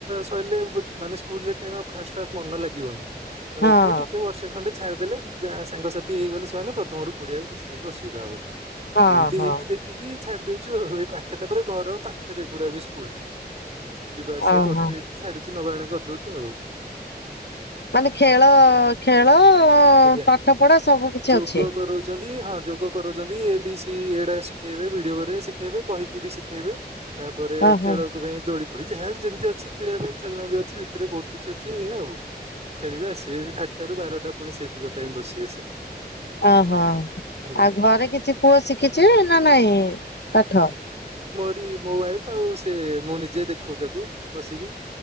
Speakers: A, on the right; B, on the left.
A: ସଇଲେ ମାନେ ସ୍କୁଲ ରେ ଖାଇବା ଫାଷ୍ଟ ଫାଷ୍ଟ ମନ ଲାଗିବନି ତ
B: ହଁ
A: ଏଥିପାଇଁ ଟିକେ ବର୍ଷେ ଖଣ୍ଡେ ଛା ଡି ଦେଲେ ଯାହା ସାଙ୍ଗସାଥି ହେଇଗଲେ ସେମାନେ ପ୍ରଥମରୁ ପଢ଼ିବା କୁ କିଛି ତାଙ୍କୁ ଅସୁବିଧା ହବନି ଆଉ।
B: ହଁ
A: ଏମତି
B: ହଁ
A: ହେଇକି ଦେଖିକି ଛାଡି ଦେଉଛୁ ଆଉ ଏ ପାଖରେ ତାପରେ ଘର ପାଖରେ ପୁରା ବି ସ୍କୁଲ ଟା। ଯିବା ଆସିବା
B: ଓହୋ
A: କରୁଛୁ ଏଇଠି ଛାଡୁଚୁ ନବା ଆଣିବା କରିଦଉଛୁ ଆଉ।
B: ମାନେ ଖେଳ, ଖେଳ
A: ଆଜ୍ଞା
B: ପାଠ ପଢା ସବୁ କିଛି
A: ଯୋଗ
B: ଅଛି
A: କରଉଛନ୍ତି ହଁ ଯୋଗ କରଉଛନ୍ତି ଏ ବି ସି ଏଇଟା ଶିଖେଇବେ ଭିଡିଓ ରେ ଶିଖେଇବେ କହିକି ବି ଶିଖେଇବେ। ତାପରେ
B: ଓହୋ
A: ଖେଳକୁ ପାଇଁ ଦୋଳି ଫୋଳି ଯାହା ଯେମିତି ଅଛି ଖେଳିବା ପାଇଁ ଖେଳନା ବି ଅଛି ଭିତରେ ବହୁତ କିଛି ଅଛି ଏଇଆ ଆଉ। ଖେଳିବେ ଆସିବେ ଆଠଟା ରୁ ବାରଟା ପୁଣି ସେତିକ ଟାଇମ ବସିବେ ସେ।
B: ଅ ହୋ।
A: ଆଜ୍ଞା
B: ଆଉ ଘରେ କିଛି ପୁଅ ଶିଖିଚି ନା ନାଇଁ, ପାଠ।
A: ବି ମୋ ୱାଇଫ ଆଉ ସେ ମୁଁ ନିଜେ ଦେଖଉ ତାକୁ ବସିକି।